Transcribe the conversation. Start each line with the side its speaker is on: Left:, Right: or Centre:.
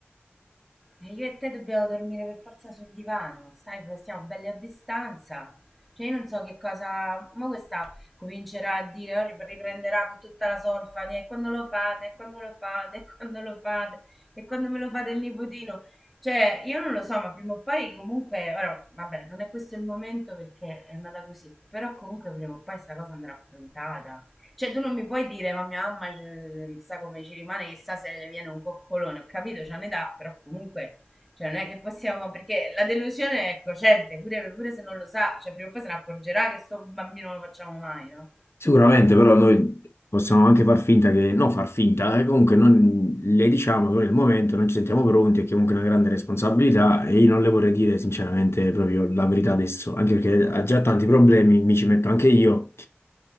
Centre: E io e te dobbiamo dormire per forza sul divano, stai, stiamo belli a distanza. Cioè, io non so che cosa. Ma questa comincerà a dire, "Oh, rip- riprenderà con tutta la solfa di, e quando lo fate, e quando lo fate, e quando lo fate, e quando me lo fate il nipotino. Cioè, io non lo so, ma prima o poi comunque. Ora, vabbè, non è questo il momento perché è andata così. Però comunque prima o poi questa cosa andrà affrontata. Cioè, tu non mi puoi dire, ma mia mamma eh, chissà come ci rimane, chissà se ne viene un coccolone. Ho capito, c'è un'età, però comunque, cioè, non è che possiamo, perché la delusione è cocente, pure, pure se non lo sa, cioè, prima o poi se ne accorgerà che sto bambino non lo facciamo mai, no?
Left: Sicuramente, però noi possiamo anche far finta che, no, far finta, eh, comunque non, le diciamo che nel momento non ci sentiamo pronti e che comunque è una grande responsabilità e io non le vorrei dire sinceramente proprio la verità adesso, anche perché ha già tanti problemi, mi ci metto anche io